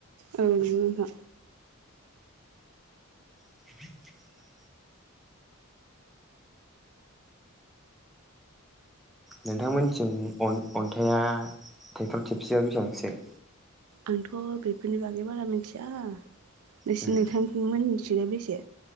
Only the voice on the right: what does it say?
औ नंगौ नोंथां
आंथ' बेफोरनि बागै बारा मिनथिया नोंसि
नोंथां मोनिथिंलाय बेसे?